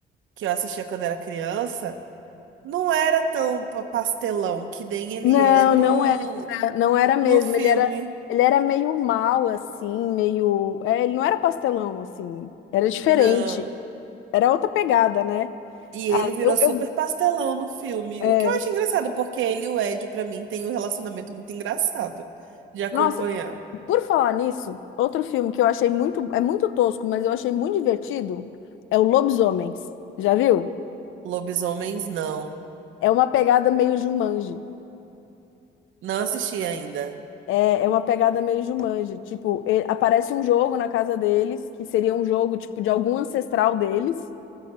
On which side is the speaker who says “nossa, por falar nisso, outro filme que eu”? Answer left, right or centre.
Left